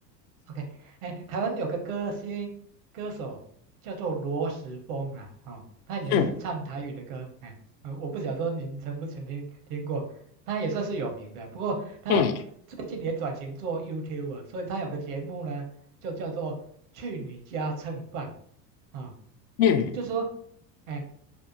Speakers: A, on the right; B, on the left.
A: OK，哎，台湾有个歌星歌手叫做罗时丰啦，哦，他以前是唱台语的歌，
B: 嗯
A: 哎，呃，我不想说您曾不曾经听过，他也算是有名的。不过他最近也转型做
B: 嗯
A: YouTuber，所以他有个节目呢，就叫做《去你家蹭饭》啊、
B: 嗯
A: 就是说。哎，